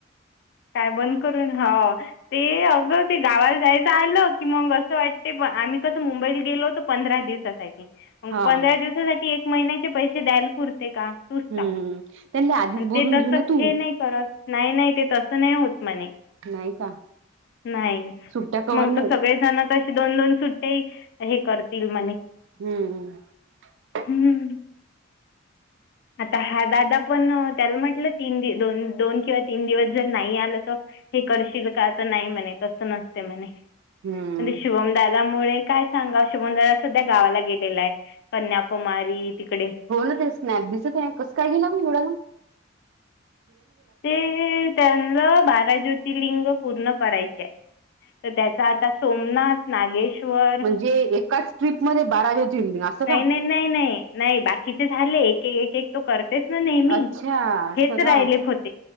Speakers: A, on the left; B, on the right.
A: काय बंद करून, हो, ते अग ते गावाला जायचं आलं, की मग असं वाटते आम्ही कसं मुंबईला गेलो होतो पंधरा दिवसासाठी.. मग
B: हा
A: पंधरा दिवसासाठी एक महिन्याचे पैसे द्याल पुरऽ ते का? तूच सांग,,
B: हम्म त्यांनी आधीच बोलून
A: ते तस
B: घे ना तू
A: हे नाही करत,, नाही नाही ते तसऽ होत मने.
B: नाही का
A: नाही,,
B: सुट्ट्या कवर
A: मग
B: नाही
A: त
B: होत.
A: सगळे जण तशे दोन, दोन सुट्ट्याऽ हे करतील मणे.
B: हम्मम्
A: हम्म. आता हा दादा पण त्याला म्हटलं तीन दोन किंवा तीन दिवस जर नाही आलं तर हे करशील का तर नाही म्हणे तसं नसते म्हणे
B: हम्म
A: म्हेने शुभम दादा तुले काय सांगा, शुभम दादा सध्या गावाला गेलेला आहे. कन्याकुमारी. तिकडे
B: हो ना, ते स्नॅप दिसत आहे, कसं काय गेलं म्हणे एवढालाब.
A: ते त्यांना बारा ज्योतिर्लिंग पूर्ण करायचे आहे. तर त्याचा आता सोमनाथ, नागेश, बर.
B: म्हणजे एकाच ट्रिप मध्ये बारा ज्योतिर्लिंग असं
A: नाही..
B: का
A: नाही.. नाही.. बाकी चे. झाले एक -एक करतोस ना नेहमी,
B: अच्छा असं
A: हेच
B: का
A: राहिले फक्त.